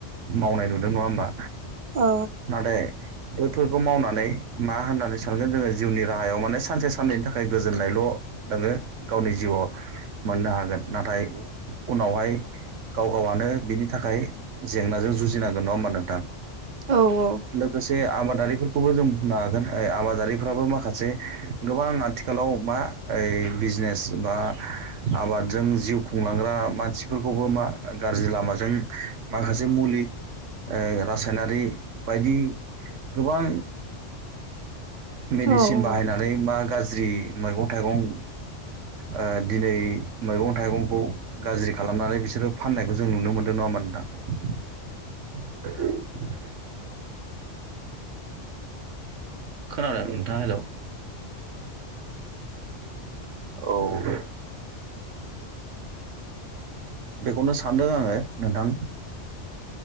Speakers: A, on the right (about 80°); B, on the right (about 55°).
A: मावनाय नुदों नङा होमबा?
B: औ।
A: नाथाय बोथोरखौ मावनानै मा होननानै सानगोन जोङो जिउनि राहायाव माने सानसे साननैनि थाखाय गोजोननायल' नोङो गावनि जिउआव मोननो हागोन नाथाय उनावहाय गाव गावनो बिनि थाखाय जेंनाजों जुजिनांगोन नङा होमबा नोंथां?
B: औ औ।
A: लोगोसे आबादारिफोरखौबो जों बुंनो हागोन ओ आबादारिफ्राबो माखासे गोबां आथिखालाव मा ओइ बिजनेस बा आबादजों जिउ खुंलांग्रा मानसिफोरखौबो मा गाज्रि लामाजों माखासे मुलि ओ रासायनारि बायदि गोबां मेडिसिन
B: औ
A: बाहायनानै बा गाज्रि मैगं थाइगं ओ दिनै मैगं थाइगंखौ गाज्रि खालामनानै बिसोरो फाननायखौ जों नुनो मोन्दों नङा होमबा नोंथां <unintelligible> खोनादों नोंथाङा हेलौ औ बेखौनो सानदों आङो नोंथां।